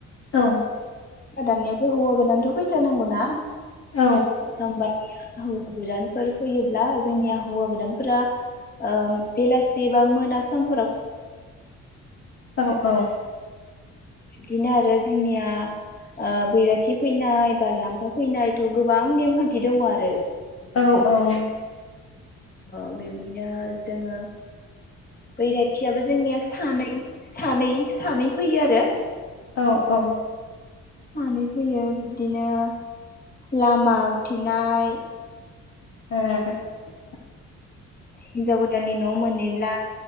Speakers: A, on the left; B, on the left.
A: औ
B: दानियाथ' हौवा गोदानथ' फैथारनांगौना
A: औ
B: होमबानिया होवा गोदानफोर फैयोब्ला जोंनि हवा गोदानफोरा ओ बेलासि बा मोना सम
A: औ औ
B: बिदिनो आरो जोंनिया ओ बैराथि फैनाय बारलाम्फा फैनायथ' गोबां नेम खान्थि दङ आरो
A: औ औ
B: औ बिदिनो जोङो बैराथियाबो जोंनिया सानै सानै सानै फैयो आरो।
A: औ औ।
B: सानै फैयो बिब्दिनो लामा उथिनाय
A: <unintelligible>
B: हिनजाव गोदाननि न' मोनैब्ला